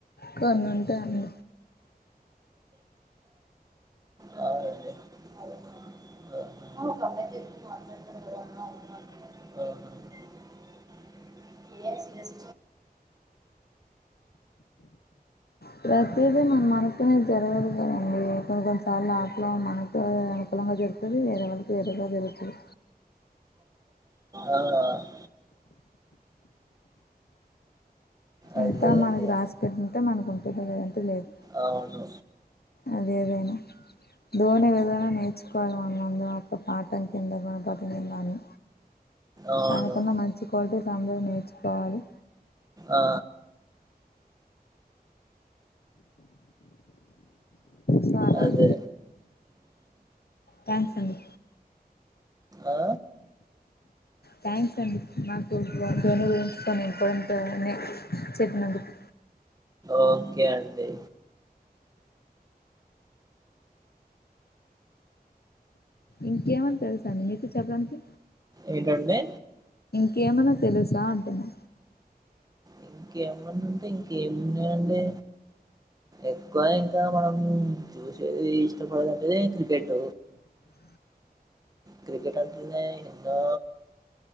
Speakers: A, on the left (about 75°); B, on the right (about 25°).
A: కొన్ని ఉంటాయన
B: ఆ అండి <unintelligible> ఎస్ ఎస్
A: ప్రతీదీ మనమనుకుం జరగదు కదండి కొన్ని కొన్నిసార్లు ఆటలో మనకు అనుకూలంగా జరుగుంది. వేరే వాళ్ళకి వేరుగా జరుగుతుంది
B: అవున అదే
A: ఇంతా మనకి
B: అదే
A: రాసి పెట్టింటే మనకు ఉంటది లేదంటే లేదు
B: అవును
A: అదేదైనా నేను ఏదైనా నేర్చుకోవాలి మనందు అడ పాఠం కింద కూడా బగనే మని
B: అవును
A: తనకున్న మంచి క్వాలిటీస్ అందరు నేర్చుకోవాలి
B: ఆ
A: సో అలాగే
B: అదే
A: థ్యాంక్స్ అండి
B: ఆ
A: థ్యాంక్స్ అండి నాకు తను గురించి కొన్ని ఇంపార్టెంట్నే చెప్పినందుకు
B: ఓకే అండి
A: ఇంకేమని తెలుసా అండి మీకు చెప్పడానికి
B: ఏంటండి
A: కేమనా తెలుసా అంటున్నా
B: ఇంకేమున్నాంటే ఇంకేమి ఉన్నాయండి ఎక్కువ ఇంకా మనం చూసేది ఇష్టపడాలంటేది క్రికెట్
A: అ
B: క్రికెట్ అంటే ఏందో